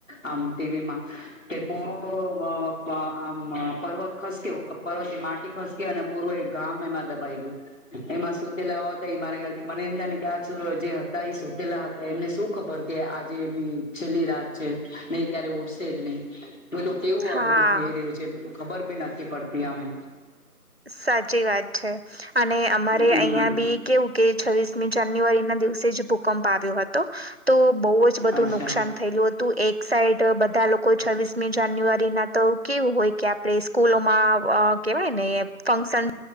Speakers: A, on the left (about 55°); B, on the right (about 40°).
A: આમ ટીવી મા તે પૂરો આમ પર્વત ખસત પર્વત ની માટી ખસતી અને પૂર એક ગામ એમાં દબાઈ ગયું એમાં સુતે લ એ મારા ગથી મને એમ થાય ને્યા જે હતા એ સોતેલા હતા એમને શું ખબર કે આજે એમની છેલ્લી રાત નહી ક્યારે ઉઠશે જ નહી બધું કેવું
B: હા
A: આ બધું થઈ રહ્યું છે. ખબર બી નથી પડતી આમે
B: સાચી વાત છે અને અમારે
A: હમ
B: અહં બી કેવું કે છવ્વીસમી જાન્યુઆરી ના દિવસે જે બુક ભૂકંપ આવ્યો હતો તો બહુ જ બધું
A: અચ્છા
B: નુકસાન થયેલું હતું એક સાઈડ બધા કોઈ છવ્વીસમી જાન્યુઆરી ના તો કેવું હોય કે આપણે સ્કૂલોમાં કેહેવાય ને ફંક્શન